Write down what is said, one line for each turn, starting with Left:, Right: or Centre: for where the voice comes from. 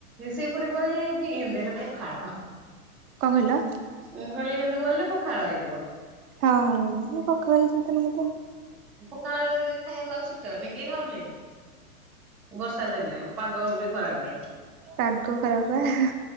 Centre: ସେ ପଟେ ବଳିଯାଇଚି ଇନ୍ତୀ ହେଲେ ପଖାଳ
Right: କଣ କହିଲ?
Centre: ମୁଁ କହିଲି ଏମିତି ବଳିଲେ ପଖାଳ ହେଇଯିବ।
Right: ହଁପଖାଳ ହେଇଯିବ। <unintelligible>
Centre: ପଖାଳ ଖାଇବାକୁ ଆଉ ଶୀତ ଦିନେ କିଏ ଖାଉଚି। ବର୍ଷା ଦିନେ ପାଗ ବି ଖରାପ।
Right: ପାଗ ଖରାପ ପା।